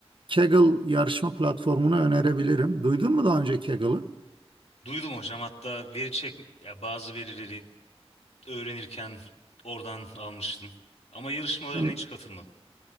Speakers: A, on the right; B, on the left.
A: Kaggle yarışma platformunu önerebilirim. Duydun mu daha önce Kaggle'ı?
B: Duydum hocam hatta veri çek ya bazı verileri öğrenirken oradan almıştım. Ama yarışmalarına
A: Yani
B: hiç katılmadım.